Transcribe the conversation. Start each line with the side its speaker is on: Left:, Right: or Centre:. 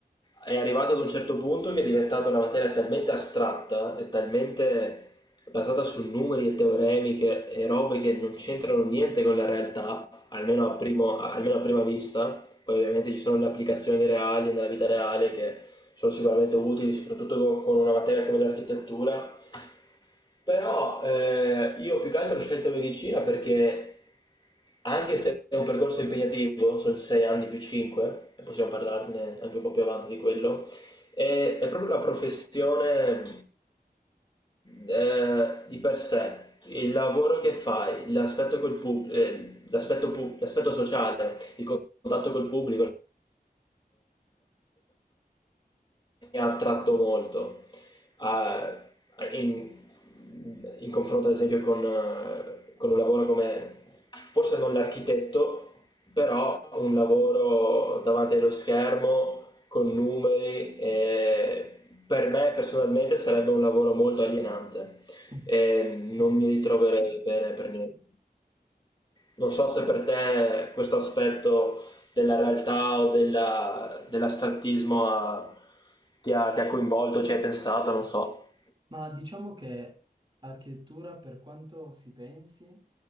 Left: è arrivato ad un certo punto che è diventata una materia talmente astratta e talmente basata su numeri e teoremi che- e robe che non c'entrano niente con la realtà, almeno a primo- almeno a prima vista, poi ovviamente ci sono le applicazioni reali nella vita reale che sono sicuramente utili, soprattutto con, con una materia come l'architettura. Però eh, io più che altro ho scelto medicina perché anche se è un percorso impegnativo, sono 6 anni più 5, e possiamo parlarne anche un po' più avanti di quello, è, è proprio la professione eh, di per sé, il lavoro che fai, l'aspetto, col pub- eh, l'aspetto pu- l'aspetto sociale, il contatto col pubblico, mi ha attratto molto. Ah, in, in confronto, ad esempio, con, eh, con un lavoro come forse non l'architetto, però un lavoro davanti allo schermo con numeri. eh, per me personalmente sarebbe un lavoro molto alienante
Right: <laughs>
Left: e
Right: Certo.
Left: non mi ritroverei bene per niente. Non so se per te questo aspetto della realtà o della- dell'astrattismo ha- ti ha, ti ha coinvolto, ci hai pensato, non so.
Right: Ma diciamo che architettura, per quanto si pensi,